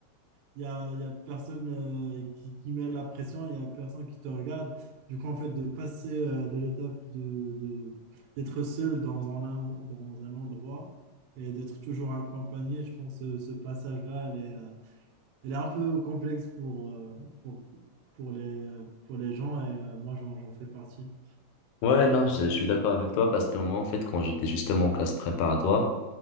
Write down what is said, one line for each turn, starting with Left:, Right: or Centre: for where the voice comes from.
Right: il y a, il y a personne euh, qui, qui met la pression, il y a personne qui te regarde. Du coup, en fait, de passer euh, de l'étape de, de- d'être seul dans un, en- dans un endroit et d'être toujours accompagné, je pense que ce passage-là, elle est, euh, elle est un peu complexe pour, euh, pour, pour les, pour les gens et euh, moi, j'en, j'en fais partie.
Left: Ouais, non, je, je suis d'accord avec toi parce que moi, en fait, quand j'étais justement en classe préparatoire,